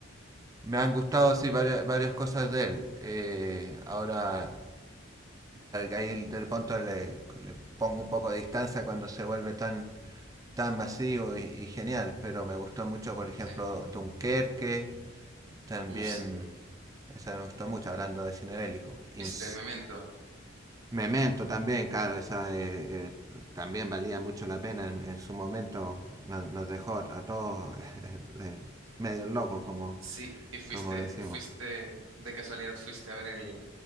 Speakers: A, on the right; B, on the right.
A: Me han gustado, sí, varias, varias cosas de él. Eh, ahora, ahí del punto le, le, pongo un poco de distancia cuando se vuelve tan, tan masivo y, y genial, pero me gustó mucho, por ejemplo,
B: Sí.
A: Dunkerque, también
B: Uh, sí.
A: esa me gustó mucho, hablando de cine bélico. Ins
B: ¿Viste Memento?
A: Memento también, claro, esa eh, eh, también valía mucho la pena en, en su momento. Nos, nos, dejó a todos <laughs> eh, medios locos, como,
B: Sí. ¿Y fuiste,
A: como decimos.
B: fuiste, de casualidad, fuiste a ver el,